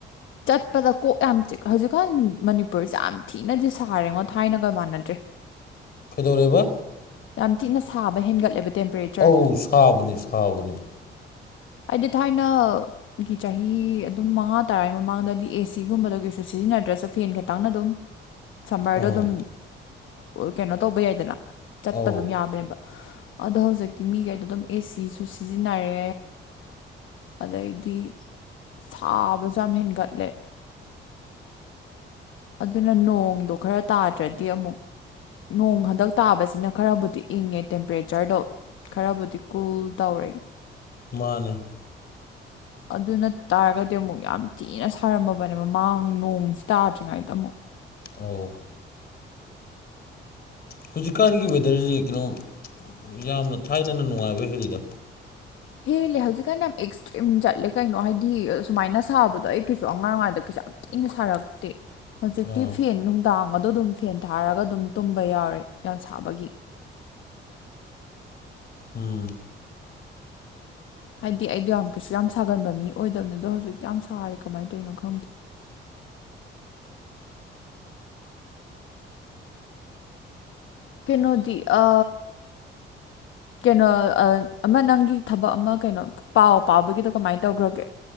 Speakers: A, on the left; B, on the left.
A: ꯆꯠꯄꯗ ꯀꯣꯛ ꯌꯥꯝ ꯍꯧꯖꯤꯛꯀꯥꯟ ꯃꯅꯤꯄꯨꯔꯁꯦ ꯌꯥꯝ ꯊꯤꯅꯗꯤ ꯁꯥꯔꯦꯉꯣ ꯊꯥꯏꯅꯒ ꯃꯥꯟꯅꯗ꯭ꯔꯦ
B: ꯀꯩꯗꯧꯔꯕ
A: ꯌꯥꯝ ꯊꯤꯛꯅ ꯁꯥꯕ ꯍꯦꯟꯒꯠꯂꯦꯕ ꯇꯦꯝꯄꯔꯦꯆꯔ
B: ꯑꯧ ꯁꯥꯕꯅꯤ ꯁꯥꯕꯅꯤ
A: ꯍꯥꯏꯗꯤ ꯊꯥꯏꯅ ꯒꯤ ꯆꯍꯤ ꯑꯗꯨꯝ ꯃꯉꯥ ꯇꯔꯥ ꯃꯃꯥꯡꯗꯗꯤ ꯑꯦ ꯁꯤꯒꯨꯝꯕꯗ ꯀꯩꯁꯨ ꯁꯤꯖꯤꯟꯅꯗ꯭ꯔꯁꯨ ꯐꯦꯟ ꯈꯇꯪꯅ ꯑꯗꯨꯝ ꯁꯝꯃꯔꯗꯣ
B: ꯑꯥ
A: ꯑꯗꯨꯝ ꯀꯩꯅꯣ ꯇꯧꯕ ꯌꯥꯏꯗꯅ ꯆꯠꯄ
B: ꯑꯧ
A: ꯑꯗꯨꯝ ꯌꯥꯕꯅꯦꯕ ꯑꯗꯣ ꯍꯧꯖꯤꯛꯇꯤ ꯃꯤꯈꯩꯗꯣ ꯑꯗꯨꯝ ꯑꯦꯁꯤꯁꯨ ꯁꯤꯖꯤꯟꯅꯔꯦ ꯑꯗꯩꯗꯤ ꯁꯥꯕꯁꯨ ꯌꯥꯝ ꯍꯦꯟꯒꯠꯂꯦ ꯑꯗꯨꯅ ꯅꯣꯡꯗꯣ ꯈꯔ ꯇꯥꯗ꯭ꯔꯗꯤ ꯑꯃꯨꯛ ꯅꯣꯡ ꯍꯟꯗꯛ ꯇꯥꯕꯁꯤꯅ ꯈꯔꯕꯨꯗꯤ ꯏꯪꯉꯦ ꯇꯦꯝꯄꯔꯦꯆꯔꯗꯣ ꯈꯔꯕꯨꯗꯤ ꯀꯨꯜ ꯇꯧꯔꯦ
B: ꯃꯥꯅꯦ
A: ꯑꯗꯨ ꯅ ꯇꯥꯔꯒꯗꯤ ꯑꯃꯨꯛ ꯌꯥꯝ ꯊꯤꯅ ꯁꯥꯔꯝꯃꯕꯅꯦ ꯃꯃꯥꯡ ꯅꯣꯡꯁꯤ ꯇꯥꯗ꯭ꯔꯤꯉꯩꯗ ꯑꯃꯨꯛ
B: ꯑꯣ ꯍꯧꯖꯤꯛꯀꯥꯟꯒꯤ ꯋꯦꯗꯔꯁꯤ ꯀꯩꯅꯣ ꯌꯥꯝꯅ ꯊꯥꯏꯅꯅ ꯅꯨꯡꯉꯥꯏꯕ ꯍꯦꯜꯂꯤꯗ
A: ꯍꯦꯜꯂꯦ ꯍꯧꯖꯤꯛꯀꯥꯟ ꯌꯥꯝ ꯑꯦꯛꯁꯇ꯭ꯔꯤꯝ ꯆꯠꯂꯦ ꯀꯩꯅꯣ ꯍꯥꯏꯗꯤ ꯁꯨꯃꯥꯏꯅ ꯁꯥꯕꯗꯣ ꯑꯩ ꯀꯩꯁꯨ ꯑꯉꯥꯡ ꯑꯣꯏꯉꯗ ꯀꯩꯁꯨ ꯌꯥꯝ ꯏꯪꯅ ꯁꯥꯔꯛꯇꯦ ꯍꯧꯖꯤꯛꯇꯤ
B: ꯑꯥ
A: ꯐꯦꯟ ꯅꯨꯡꯗꯥꯡꯒꯗꯣ ꯑꯗꯨꯝ ꯐꯦꯟ ꯊꯥꯔꯒ ꯑꯗꯨꯝ ꯇꯨꯝꯕ ꯌꯥꯎꯔꯦ ꯌꯥꯝ ꯁꯥꯕꯒꯤ
B: ꯎꯝ
A: ꯍꯥꯏꯗꯤ ꯑꯩꯗꯣ ꯌꯥꯝ ꯀꯩꯁꯨ ꯌꯥꯝ ꯁꯥꯒꯟꯕ ꯃꯤ ꯑꯣꯏꯗꯕꯅꯤ ꯑꯗꯣ ꯍꯧꯖꯤꯛꯇꯤ ꯌꯥꯝ ꯁꯥꯔꯦ ꯀꯃꯥꯏꯅ ꯇꯧꯔꯤꯅꯣ ꯈꯪꯗꯦ ꯀꯩꯅꯣꯗꯤ ꯑ ꯀꯩꯅꯣ ꯑꯃ ꯅꯪꯒꯤ ꯊꯕꯛ ꯑꯃ ꯀꯩꯅꯣ ꯄꯥꯎ ꯄꯥꯎꯕꯒꯤꯗꯣ ꯀꯃꯥꯏꯅ ꯇꯧꯈ꯭ꯔꯒꯦ